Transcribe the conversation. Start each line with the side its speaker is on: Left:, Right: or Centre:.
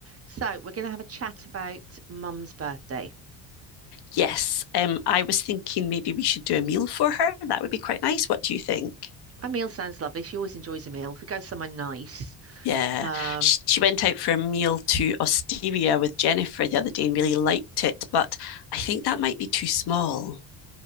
Right: So we're going to have a chat about Mum's birthday.
Left: Yes, um, I was thinking maybe we should do a meal for her. That would be quite nice. What do you think?
Right: A meal sounds lovely. She always enjoys a meal. If we go somewhere nice,
Left: Yeah,
Right: um,
Left: she, she went out for a meal to Osteria with Jennifer the other day and really liked it, but I think that might be too small.